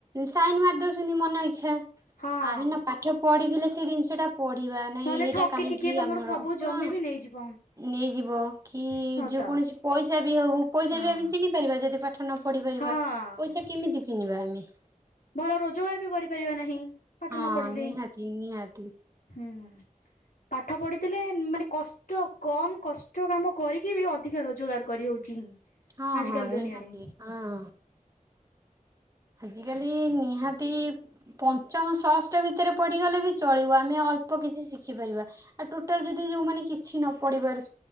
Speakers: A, on the right; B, on the left.
A: ସାଇନ ମାରିଦଉଛନ୍ତି ମନ ଇଛା
B: ହଁ
A: ଆମେ ନା ପାଠ ପଢିଥିଲେ ସେଇ ଜିନିଷ ଟା ପଢିବା ନାଇଁ
B: ନହେଲେ
A: ଏଇଟା
B: ଠକିକି
A: କାହିଁକି
B: କିଏ ତମର
A: ଆମର
B: ସବୁ
A: ହଁ
B: ଜମି ବି ନେଇଯିବ
A: ନେଇଯିବ କି?
B: ସତ
A: କୌଣସି ପଇସା ବି ହବ ପଇସା
B: ହଁ
A: ବି ଆମେ ଚିହ୍ନି ପାରିବା ଯଦି ପାଠ ନ ପଢି ପାରିବା
B: ହଁ
A: ପଇା ସେ କେମିତି ଚିହ୍ନିବା ଆମେ?
B: ଭଲ ରୋଜଗାର ବି କରିପାରିବା ନାହିଁ ପାଠ
A: ହଁ
B: ନ ପଢିଲେ
A: ନିହାତି ନିହାତି
B: ହୁଁ। <inaudible> ପାଠ ପଢ଼ିଥିଲେ ମାନେ କଷ୍ଟ କମ କଷ୍ଟ କାମ କରିକି ବି ଅଧିକା ରୋଜଗାର କରିହଉଛି।
A: ହଁ
B: ଆଜିକାଲି
A: ହଁ ନିହାତି
B: ଦୁନିଆରେ
A: ହଁ। ଆଜିକାଲି ନିହାତି ପଞ୍ଚମ ଷଷ୍ଠ ଭିତରେ ପଢଡିିଗଲେ ବି। ଚଳିବ ଆମେ ଅଳ୍ପ କିଛି ଶିଖିପାରିବା ଆଉ ଟୋଟାଲ ଯଦି ଯେଉଁମାନେ କିଛି ନ ପଢ଼ିବାର